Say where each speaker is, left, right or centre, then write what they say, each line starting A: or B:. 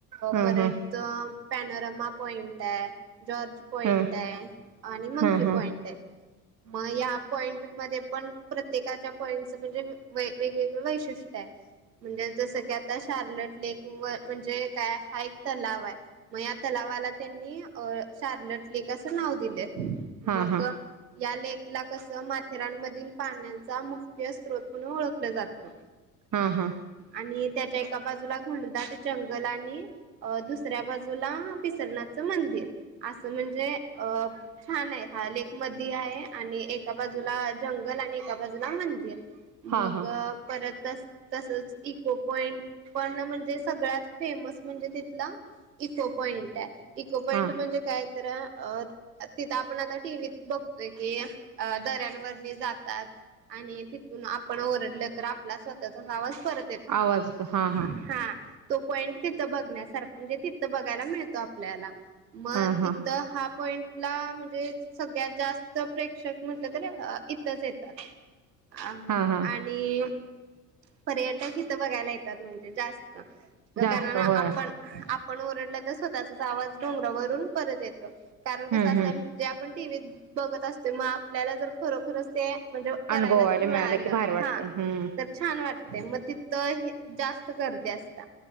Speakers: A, on the right; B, on the right.
A: हा हा
B: परत तर पॅनोरमा पॉइंट आहे जॉर्ज पॉइंट
A: हा हा
B: आहे आणि मंकी
A: हा हा
B: पॉइंट आहे मग या पॉइंट मध्ये पण. त्येकाच्या पॉईंटच म्हणजे वेगवेगळं वैशिष्ट्य आहे म्हणजे जसं की आ त्या शार्लट लेक व म्हणजे त्या हा एक तलाव आहे. मग या तलावाला त्यांनी अ शार्लट लेक असं नाव दिलंय. मग
A: हा हा
B: या लेक ला कस माथेरानमधील पाण चा मुख्य स्रोत ओळखलं जातं.
A: हा हा
B: आणि त्याच्या एका बाजूला घणदाट जंगल आणि अ दुसऱ्या बाजूला पिसरनाथचं मंदिर असं म्हणजे अ हा नाही हा लेक. मदी आहे आणि एका बाजूला जंगल आणि एका बाजूला मंदिर
A: हां,
B: मग
A: हां,
B: परत तस तसच इको पॉईंट पण म्हणजे सगळ्यात फेमस म्हणजे तितंला इको पॉइंट आहे इको पॉइंट
A: हां.
B: म्हणजे काय तर अ तिथं आपण आता टीव्हीत बघतोय की अ दऱ्यांवरणी जातात. आणि तिथून आपण ओरडलं तर आपला स्वतःचाच आवाज परत त तो
A: आवाज येतो. हां, हां,
B: हा तो पॉईंट तिथं बघण्यासारख म्हणजे तिथं बघायला मिळतो आपल्याला. मग
A: हां, हां,
B: इथं हा पॉइंटला म्हणजे सगळ्यात जास्त च प्रेक्षक म्हटलं तरं अ इथंच येतात, आम
A: हां, हां.
B: अन खी पर्यटक इथं बघायला येतात म्हणजे जास्त. च
A: जास्त
B: कारण आपण
A: होय.
B: आपण ओरडलं तर स्वतःचाच आवाज डोंगरावरून परत येतो. कारण कसं
A: हं,
B: असतं
A: हं.
B: जे आपण टीव्हीत बघत असतो मग आपल्याला जर खरोखरच ते म्हणजे करायला
A: अनुभवायला
B: जर मिळालं
A: की भारी वाटतंय.
B: हा
A: हं,
B: तर छान वाटते मग तिथ ही जास्त गर्दी असत